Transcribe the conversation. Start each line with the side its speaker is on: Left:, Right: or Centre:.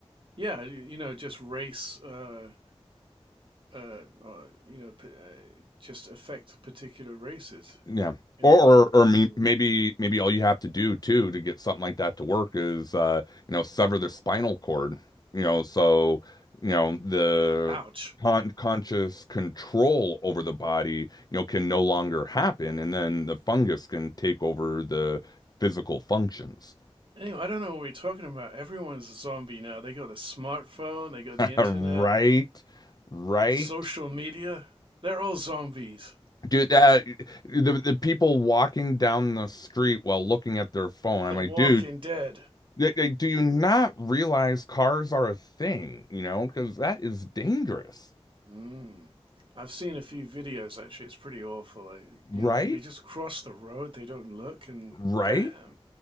Right: Yeah, you you know, just race. Uh, uh, uh, you know, p- uh, just affect particular races.
Left: Yeah.
Right: You
Left: Or,
Right: know,
Left: or or me-
Right: or
Left: maybe maybe all you have to do too to get something like that to work is uh you know sever the spinal cord you know so you know the
Right: ouch.
Left: con conscious control over the body you know can no longer happen and then the fungus can take over the physical functions
Right: Anyway, I don't know what we're talking about. Everyone's a zombie now. They go the smartphone, they go the
Left: <laughs>
Right: internet,
Left: right right
Right: social media. They're all zombies.
Left: dude that the the people walking down the street while looking at their phone I'm
Right: The
Left: like
Right: Walking
Left: dude
Right: Dead.
Left: Like, like, do you not realize cars are a thing, you know? Because that is dangerous,
Right: Mm. I've seen a few videos actually. It's pretty awful. Like, you
Left: right?
Right: know, they just cross the road. They don't look, and
Left: Right?
Right: bam.